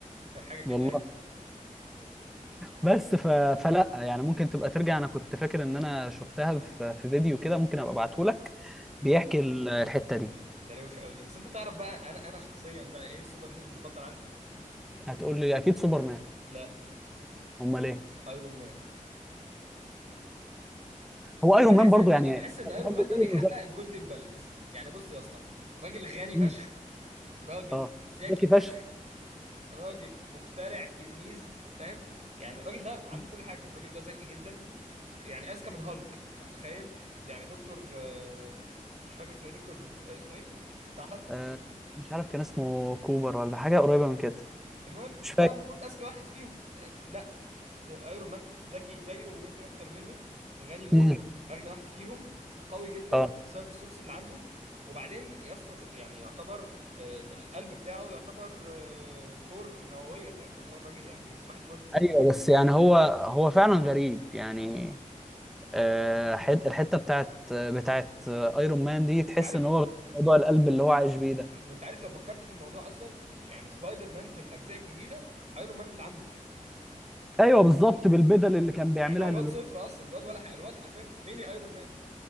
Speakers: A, on the right (about 55°); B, in the centre.
A: كان حاجه كده
B: والله
A: يعني
B: بس ف... فلا يعني ممكن تبقى ترجع انا كنت فاكر ان انا شفتها في, في فيديو كده ممكن ابقى ابعته لك بيحكي ال- الحتة دي
A: ده روشه قوي دي بس انت تعرف بقى انا انا شخصيا بقى ايه السوبر هيرو المفضل عندي
B: هتقول لي اكيد سوبرمان
A: لا
B: امال ايه
A: ايرون مان
B: هو
A: انا
B: ايرون
A: بحس
B: مان برضو
A: ان
B: يعني
A: بحس ان ايرون
B: بحب
A: مان ده
B: فيه
A: بيحقق
B: انه ذكي
A: الجولدن بالانس يعني بص يا اسطى راجل غني
B: مم.
A: فشخ راجل
B: اه
A: ذكي
B: ذكي
A: فشخ
B: فشخ
A: راجل مخترع تنيز فاهم يعني الراجل ده عنده
B: مم.
A: كل حاجه الراجل ده ذكي جدا يعني اذكى من هالك انت متخيل يعني دكتور آه، مش فاكر اسمه ايه دكتور آه، اسمه ايه بتاع هالك
B: آه مش عارف كان اسمه كوبر ولا حاجة قريبة من كده
A: المهم
B: مش
A: ده
B: فاكر
A: المفروض اذكى واحد فيهم في... آه، لا س- آه، ايرون مان ذكي زيه وممكن اكتر منه غني موت
B: مم.
A: اغنى واحد فيهم قوي جدا
B: اه
A: بسبب السوتس اللي عنده وبعدين يسطا يعني يعتبر آه، القلب بتاعه يعتبر آه، كور نووية فاهم فاللي هو الراجل يعني صباح الفل
B: ايوه بس يعني هو هو فعلا غريب يعني آه حت... الحتة بتاعت بتاعت ايرون مان دي تحس
A: وعارف
B: ان هو موضوع القلب اللي هو عايش بيه ده
A: وانت عارف لو فكرت في الموضوع اصلا يعني سبايدر مان في الاجزاء الجديده ايرون مان اللي عامله
B: ايوه بالظبط بالبدل اللي كان بيعملها
A: يعني هو الواد
B: للواد
A: صفر اصلا الواد ولا ح... الواد حرفيا ميني ايرون مان